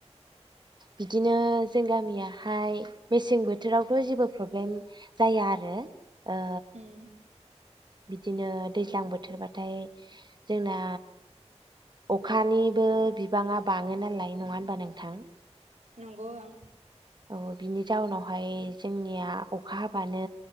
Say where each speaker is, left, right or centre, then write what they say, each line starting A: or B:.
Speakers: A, on the right; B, on the right.
A: बिदिनो जों गामिया हाय मेसें बोथोरावथ' जेबो प्रब्लेम जाया आरो ओ
B: उम
A: बिदिनो दैज्लां बोथोरबाथाय जोंना अखानिबो बिबाङा बाङो नालाय नङा होनबा नोंथां?
B: नंगौ ओं।
A: औ बिनि जाउनावहाय जोंनिया अखा हाबानो